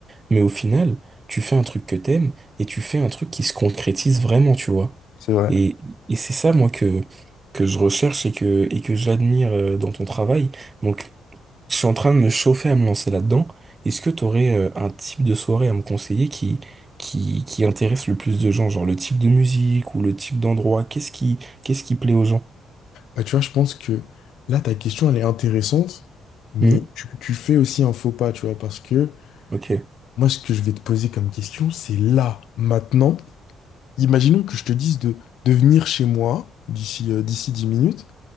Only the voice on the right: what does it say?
Mais au final, tu fais un truc que t'aimes et tu fais un truc qui se concrétise vraiment, tu vois.
Et, et c'est ça, moi, que, que je recherche et que, et que j'admire euh, dans ton travail. Donc, je suis en train de me chauffer à me lancer là-dedans. Est-ce que tu aurais euh, un type de soirée à me conseiller qui, qui, qui intéresse le plus de gens? Genre le type de musique ou le type d'endroit? Qu'est-ce qui, qu'est-ce qui plaît aux gens?
Hmm
Ok,